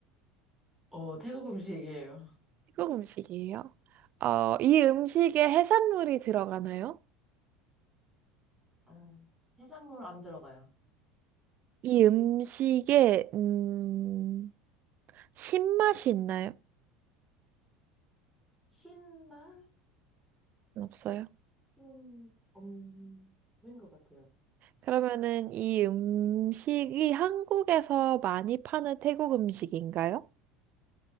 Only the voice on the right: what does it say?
태국 음식이에요? 어, 이 음식에 해산물이 들어가나요?
이 음식에 음, 신맛이 있나요?
없어요.
그러면은 이 음식이 한국에서 많이 파는 태국 음식인가요?